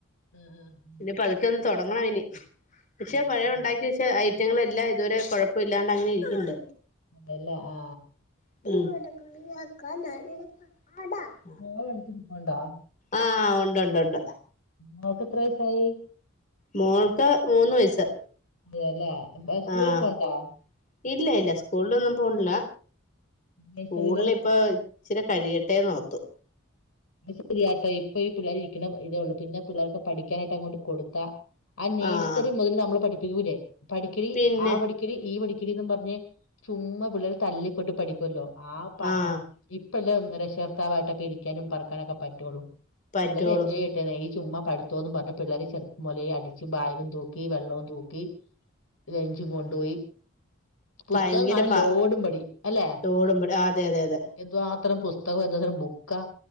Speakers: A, on the left (about 90°); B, on the left (about 40°).
A: ഉം ഉം
B: ഇനിപ്പ പതുക്കൊന്ന് തൊടങ്ങണം ഇനി പക്ഷെ
A: അതല്ലേ
B: പഴേണ്ടാക്കി വെച്ച ഐറ്റങ്ങളെല്ലാം ഇതുവരെ കൊഴപ്പില്ലാണ്ട് അങ്ങനെ ഇരിക്കണ്ട്.
A: അതല്ലേ ആ
B: <unintelligible>
A: <unintelligible> മോളെ അടുത്തിരിപ്പുണ്ടാ
B: ആഹ് ഉണ്ട്ണ്ട് ഉണ്ട്
A: മോൾക്ക് എത്ര വയസ്സായി
B: മോൾക്ക് മൂന്ന് വയസ്സ്.
A: അതെയല്ലേ പ്ലേ സ്കൂളിൽ
B: ആഹ്
A: പോവ്ണ്ടോ?
B: ഇല്ല ഇല്ല സ്കൂളിലൊന്നും പോണില്ല സ്കൂളില്
A: നഴ്സറിയില്
B: ഇപ്പൊ ഇചിരി കഴിയട്ടെ ഓർത്തു.
A: അ ശരിയാട്ടോ ഇപ്പ ഈ പിള്ളേർ ഇരിക്കുന്ന ഇതേ ഉള്ളൂ പിന്നെ പിള്ളേർക്ക് പഠിക്കാനായിട്ട് അങ്ങോട്ട് കൊടുത്താ. ആ നഴ്സറി
B: ആഹ്
A: മുതൽ നമ്മൾ പഠിപ്പിക്കൂല്ലേ പഠിക്കടി
B: പിന്നെ
A: ആ പഠി ക്കടി ഈ പടിക്കടിന്ന് പറഞ് ചുമാ പിള്ളേരെ തല്ലിക്കൊട്ടി പഠിക്കുമല്ലോ ആ പ
B: ആഹ്
A: ഇപ്പ ല്ല രക്ഷകർത്താവായിട്ടൊക്കെ ഇരിക്കാനും പറക്കാനൊക്കെ പറ്റുള്ളൂ
B: പറ്റുള്ളൂ
A: പിള്ളേർ എൻജോയ്. ചെയ്യട്ടെ ഈ ചുമ്മാ പടുത്തോന്ന് പറഞ് പിള്ളേര് ചെറുപ്പം മുതലെ അടിച്ച് ബാഗും തൂക്കി വെള്ളവും തൂക്കി. ലെഞ്ചും കൊണ്ടുപോയി. പുസ്തകം
B: ഭയങ്കര
A: കാണും
B: പ
A: ലോഡും പടി അല്ലെ
B: തോടും അതെ അതെ അതെ
A: എന്തുവാ അത്ര പുസ് തകം എന്താ ബുക്കാ?